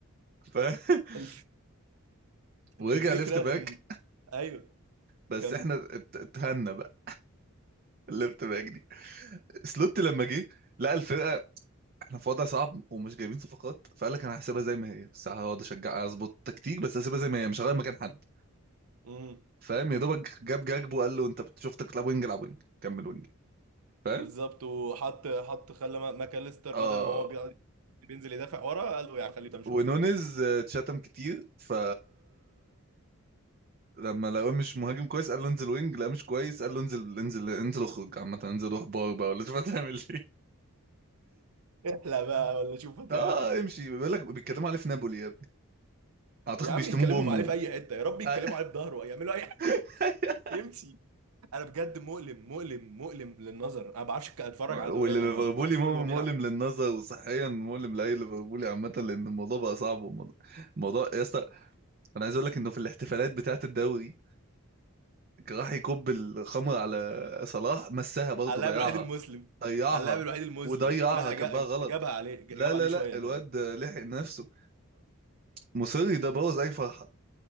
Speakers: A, on the right; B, on the right.
A: ف <laughs>
B: الف...
A: ورجع
B: الفكره
A: ليفت باك
B: ان ايوه
A: بس
B: كم
A: احنا ات- اتهنا بقى الليفت باك دي سلوت لما جه لقى الفرقه احنا في وضع صعب ومش جايبين صفقات فقال لك انا هسيبها زي ما هي بس هقعد اشجع اظبط تكتيك بس هسيبها زي ما هي مش هغير مكان حد
B: <laughs>
A: فاهم يا دوبك جاب جاكبو وقال له انت بت- شفتك بتلعب وينج العب وينج كمل وينج فاهم
B: بالظبط وحط حط خلى ما- ماكاليستر
A: اه
B: بدل ما هو بيقعد بينزل يدافع ورا قال له يعني خليه قدام شويه
A: ونونز آه، اتشتم كتير ف لما لقوه مش مهاجم كويس قال له انزل وينج لا مش كويس قال له انزل انزل انزل اخرج عامه انزل روح بار بقى ولا شوف هتعمل ايه
B: احلى بقى ولا شوف
A: <laughs>
B: هت-
A: اه امشي بيقول لك بيتكلموا عليه في نابولي يا ابني اعتقد
B: يا عم
A: بيشتموه
B: يتكلموا
A: بامه
B: عليه في اي حته يا رب يتكلموا
A: آه،
B: عليه في ظهره يعملوا اي حاجه
A: <laughs>
B: يمشي انا بجد مؤلم مؤلم مؤلم للنظر انا ما بعرفش أتك- اتفرج
A: واللي
B: على دوري يعني
A: ليفربولي
B: ما بعرفش
A: مؤلم
B: اتفرج وهو بيلعب
A: مؤلم للنظر وصحيا مؤلم لاي ليفربولي عامه لان الموضوع بقى صعب والموضوع- الموضوع يا اسطى انا عايز اقول لك انه في الاحتفالات بتاعه الدوري كان راح يكب الخمر على صلاح مسها برضه
B: على اللاعب
A: ضيعها
B: الوحيد المسلم
A: ضيعها
B: على اللاعب الوحيد المسلم
A: وضيعها
B: لا
A: كبها
B: جا-
A: غلط
B: جابها عليه جابها
A: لا لا
B: عليه شويه
A: لا الواد
B: تقريبا
A: لحق نفسه فمصري ده بوظ اي فرحه